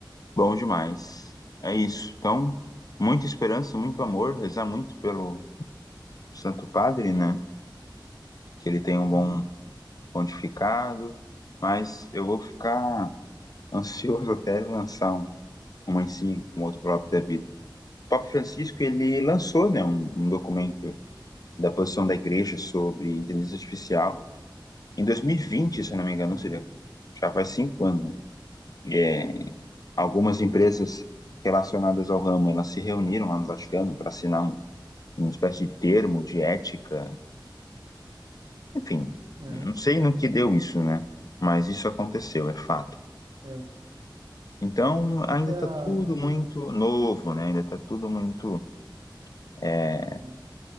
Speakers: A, on the left; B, on the right.
A: bom demais. É isso. Então, muita esperança, muito amor, rezar muito pelo, Santo Padre, né? Que ele tem um
B: Sim.
A: bom pontificado, mas eu vou ficar <laughs> ansioso até ele lançar um- uma encíclica, um outro próprio da vida. O Papa Francisco, ele lançou, né, um, um documento da posição da Igreja sobre inteligência artificial em 2020, se eu não me engano,
B: Aham,
A: ou seja, já faz cinco anos. né? E, É, algumas empresas relacionadas ao ramo, elas se reuniram lá no Vaticano para assinar um, uma espécie de termo de ética Enfim,
B: aham.
A: não sei no que deu isso, né? Mas isso aconteceu, é fato.
B: É,
A: Então, ainda
B: é a,
A: está tudo muito
B: a-
A: novo, né? Ainda está tudo muito é,
B: sim.